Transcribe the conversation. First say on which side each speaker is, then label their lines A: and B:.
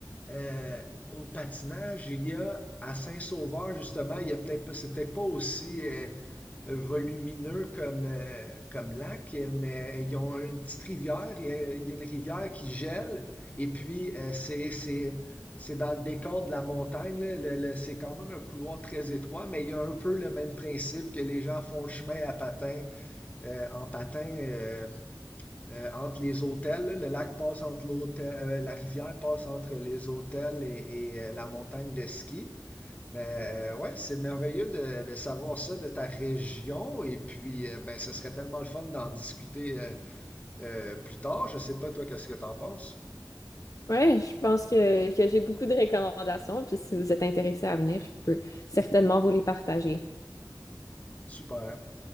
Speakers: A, on the left; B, on the left.
A: euh, au patinage, il y a à Saint-Sauveur, justement, il y a peut-être pas, c'est peut-être pas aussi euh, volumineux comme, euh, comme lac, euh, mais ils ont une petite rivière, il y a, il y a une rivière qui gèle, et puis euh, c'est, c'est, c'est dans le décor de la montagne, là, le- le- c'est quand même un couloir très étroit, mais il y a un peu le même principe que les gens font le chemin à patin, euh, en patin euh, euh, entre les hôtels, là. le lac passe entre l'hôtel, euh, la rivière passe entre les hôtels et, et, euh, la montagne de ski. Mais euh, ouais, c'est merveilleux de, de savoir ça de ta région. Et puis, euh, ben, ce serait tellement le fun d'en discuter euh, euh, plus tard. Je sais pas, toi, qu'est-ce que t'en penses?
B: Ouais, je pense que, que j'ai beaucoup de recommandations. Puis si vous êtes intéressé à venir, je peux certainement vous les partager.
A: Super.